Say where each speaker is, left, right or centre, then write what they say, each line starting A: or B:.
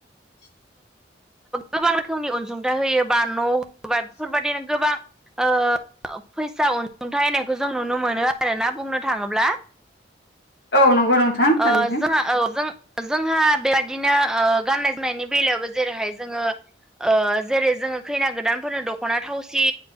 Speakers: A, in the centre; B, on the left (about 65°).
A: गोबां रोखोमनि अनसुंथाइ होयो बा न' होयोबा बेफोरबायदिनो गोबां ओ फैसा अनसुंथाइ होनायखौ जों नुनो मोनो आरोना बुंनो थाङोब्ला
B: औ नंगौ नोंथां
A: ओ
B: थारैनो
A: जोंहा औ जों जोंहा बेबादिनो ओ गाननाय जोमनायनि बेलायावबो जेरैहाय जोङो ओ जेरै जोङो खैना गोदानफोरनो दख'ना थावसि